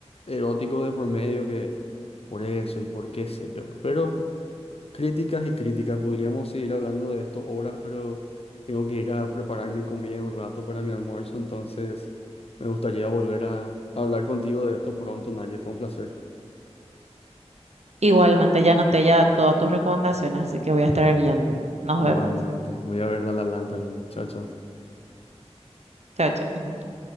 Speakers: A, on the left; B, on the right.
A: eróticos de por medio que por eso y por qué sé yo. Pero críticas y críticas, podríamos seguir hablando de esto horas, pero tengo que ir a preparar mi comida un rato para mi almuerzo, entonces me gustaría volver a hablar contigo de esto pronto, Naye, fue un placer.
B: Igualmente ya anoté ya todas tus recomendaciones, así que voy a estar viendo. Nos
A: Igualmente.
B: vemos.
A: Voy a ver La La Land también. Chao, chao.
B: Chao, chao.